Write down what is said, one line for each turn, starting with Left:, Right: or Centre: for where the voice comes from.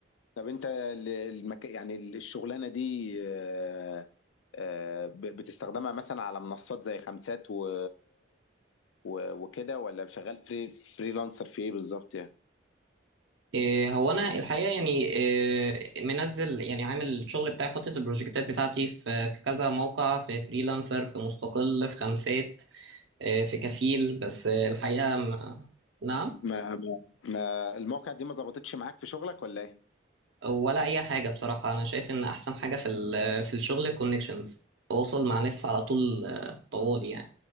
Left: طب انت ال- المك... يعني ال- الشغلانة دي آه، آه، ب- بتستخدمها مثلا على منصات زي خمسات و... و... وكده ولا شغال فري فريلانسر في ايه بالظبط يعني؟
Right: إيه، هو انا الحقيقة يعني إيه، منزل يعني عامل الشغل بتاعي حاطط البروجكتات بتاعتي في في كذا موقع في فريلانسر في مستقل في خمسات إيه، في كفيل بس الحقيقة ما- نعم
Left: ما ما ما المواقع دي ما ظبطتش معاك في شغلك ولا ايه؟
Right: ولا اي حاجه بصراحه انا شايف ان احسن حاجه في ال- في الشغل الكونكشنز تواصل مع ناس على طول آه، طوال يعني